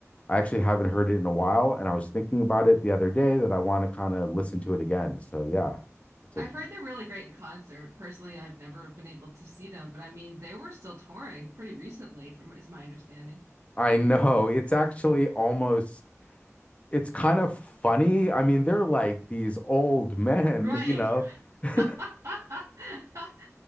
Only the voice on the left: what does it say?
I actually haven't heard it in a while and I was thinking about it the other day that I want to kind of listen to it again. So yeah, it's a
I know it's actually almost it's kind of funny. I mean, they're like these old men,
you know. <laughs>